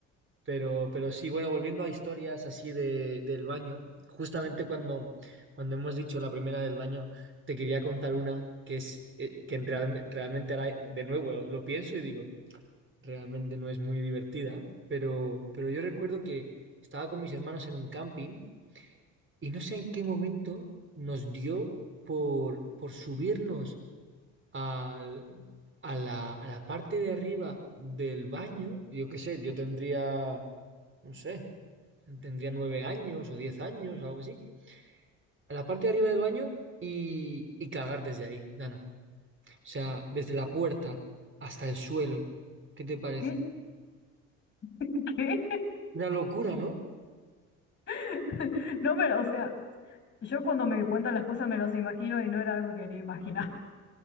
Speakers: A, on the right (about 35°); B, on the left (about 35°).
A: pero, pero sí, bueno, volviendo a historias así de, del baño, justamente cuando, cuando hemos dicho la primera del baño, te quería contar una que es eh, que en real- realmente ahora, de nuevo lo lo pienso y digo realmente no es muy divertida, pero, pero yo recuerdo que estaba con mis hermanos en un camping y no sé en qué momento nos dio por, por subirnos al- a la, a la parte de arriba del baño. Yo qué sé, yo tendría, no sé, tendría nueve años o diez años o algo así. A la parte de arriba del baño y, y cagar desde ahí, Dana. O sea, desde la puerta hasta el suelo. ¿Qué te parece?
B: ¿qué? <laughs> ¿Qué?
A: Una locura, ¿no?
B: <laughs> No, pero, o sea, yo cuando me cuentan las cosas me las imagino y no era algo que quería imaginar.